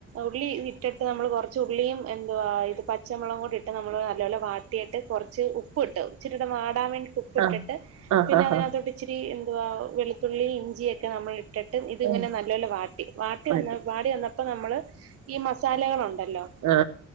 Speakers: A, on the right; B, on the right.
A: ഉള്ളി ഇട്ടിട്ട് നമ്മള് കൊറച്ച് ഉള്ളിയും എന്തുവാ ഇത് പ ച്ചമുളകും കൂടി ഇട്ട് നമ്മള് നല്ലോലെ വാട്ടിയിട്ട് കുറച്ച് ഉപ്പ് ഇട്ടു ഇച്ചിരിടെ വാടാൻ വേണ്ടിട്ട് ഉ ഉപ്പിട്ടിട്ട്
B: ആഹ് ആഹ്
A: പിന്നെ
B: ആഹ്
A: അതിനകത്തോട്ട് ഇച്ചിരി എന്തുവാ വെളുത്തുള്ളി ഇഞ്ചിയൊക്കെ നമ്മൾ ഇട്ടിട്ട് ഇതിങ്ങനെ
B: ആഹ്
A: നല്ലോലെ വാട്ടി വാട്ടി വന്ന
B: ആഹ്
A: വാടി വന്നപ്പോ നമ്മള് ഈ മസാലകൾ ഒണ്ടല്ലോ
B: ആ